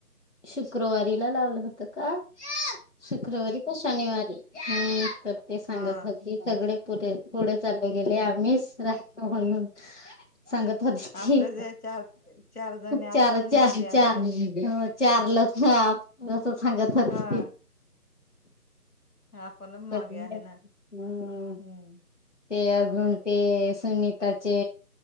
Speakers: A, on the left; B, on the left.
A: शुक्रवारीला लावलं होत का शुक्रवारी का शनिवारी हम्म, तर ते सांगत
B: हा
A: होती सगळे पुरे पुढे चालले गेले. मीस राहतो म्हणून. सांगत होती ती
B: आपल्या चार चार जणी आपण
A: चार, चार,
B: मागे
A: चार
B: आहे ग
A: चार लक अस सांगत होती
B: हा
A: ती..
B: आपणच मागे
A: कध
B: आहे ना
A: हम्म,,
B: हम्म
A: ते अजून ते सुनीताचे